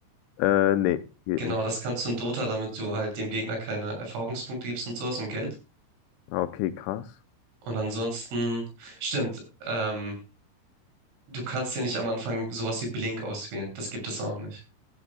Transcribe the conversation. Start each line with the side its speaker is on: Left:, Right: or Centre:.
Left: Äh, nee, geht
Right: Genau,
Left: nicht.
Right: das kannst du in Dota, damit du halt dem Gegner keine Erfahrungspunkte gibst und sowas und Geld.
Left: Ah, Okay, krass.
Right: Und ansonsten, stimmt, ähm, du kannst dir nicht am Anfang sowas wie Blink auswählen. Das gibt es auch nicht.